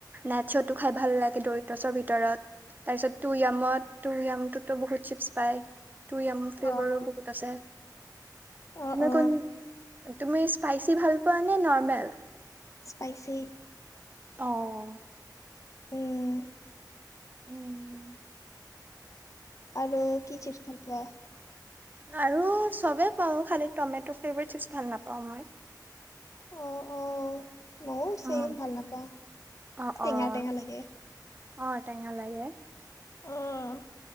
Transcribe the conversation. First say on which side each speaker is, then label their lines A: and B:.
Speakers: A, on the right; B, on the left.
A: নাছ'টো খাই ভাল লাগে, দৰিত'চৰ ভিতৰত। তাৰপিছত টুইয়ামত, টুয়ামটোতো বহুত চিপছ পায়। টুইয়াম ফ্লেভাৰো
B: অ
A: বহুত আছে।
B: অ
A: তুমি
B: অ
A: কোন তুমি স্পাইচি ভাল পোৱা নে নৰ্মেল?
B: স্পাইচি।
A: অ'।
B: উম।
A: উম।
B: আৰু কি চিপছ ভাল পোৱা?
A: আৰু চবেই পাওঁ। খালী টমেট' ফ্লেভাৰ চিপছ ভাল নাপাওঁ মই।
B: অ', অ'। মইও
A: অ',
B: ছেম, ভাল নাপাওঁ।
A: অ',
B: টেঙা
A: অ',
B: টেঙা লাগে।
A: অ', টেঙা লাগে।
B: অ'।